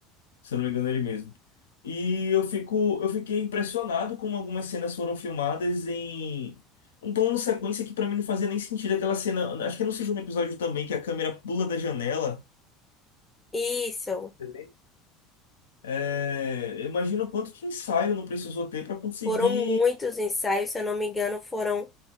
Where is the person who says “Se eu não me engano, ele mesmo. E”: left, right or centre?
Left